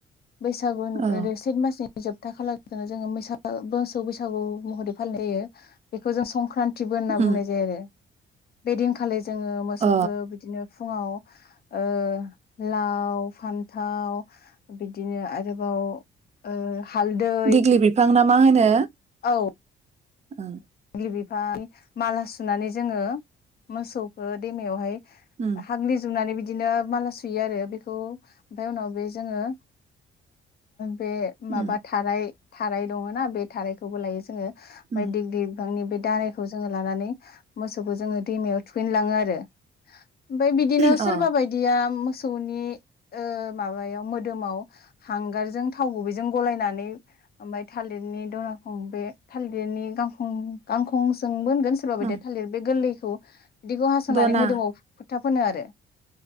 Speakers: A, on the left; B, on the right.
A: बैसागु <unintelligible>
B: औ
A: मासि जोबथा खालारजोंनो जोङो मैसो मोसौ बैसागु महरै फालिनाय जायो बेखौ जों संक्रान्ति बो होनना
B: उम
A: बुंनाय जायो आरो बेदिनखालि जोङो मोसौखौ
B: अ
A: बिदिनो फुङाव ओ लाव फान्थाव बिदिनो आरोबाव ओ हालदै
B: दिग्लि बिफां ना मा होनो
A: औ
B: औ
A: बि बिफांनि माला सुनानै जोङो मोसौखो दैमायावहाय
B: उम
A: हाग्लि जुबनानै बिदि बिदिनो माला सुयो आरो बेखौ ओमफ्राय उनाव बे जोङो बे माबा
B: उम
A: थाराय थाराय दङ ना बे थारायखौबो लायो जोङो
B: उम
A: <unintelligible> बे दालायखौ जोङो लानानै मोसौखौ जोङो दैमायाव थुखैनो लाङो आरो ओमफाय बिदिनो
B: अ
A: सोरबा बायदिया मोसौनि ओ माबायाव मोदोमाव हांगारजों थाव गुबैजों गलायनानै ओमफ्राय थालिरनि दनाखं बे थालिरनि गां खं गांखंजोंबो सोरबा बायदिया
B: उम
A: थालिर बे गोरलैखो औ बिदिखौ हास'नानै
B: दना
A: मोदोमाव फोथा फोनो आरो